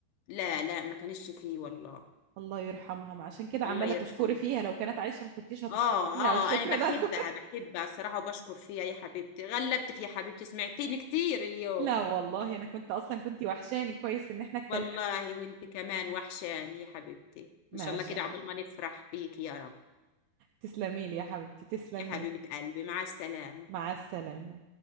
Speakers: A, on the left; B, on the right.
A: لا لا ما كانش فيه والله
B: الله يرحمها ما عشان كده
A: الله
B: عماله
A: يرحمها
B: تشكري فيها لو كانت عايشه ما كنتيش هتشكري
A: اه
B: فيها الشكر
A: اه انا بحبها
B: ده <laughs>
A: بحبها الصراحة وبشكر فيها يا حبيبتي غلبتك يا حبيبتي سمعتيني كتير اليوم
B: لا والله انا كنت اصلا كنت وحشاني كويس ان احنا اتكلمنا
A: والله وانت كمان وحشاني يا حبيبتي
B: ماشي
A: ان شاء الله كده
B: يا أحمد.
A: عقبال ما نفرح بيك يا رب
B: تسلمي لي يا حبيبتي تسلمي
A: يا حبيبة
B: لي
A: قلبي مع السلامة
B: مع السلامه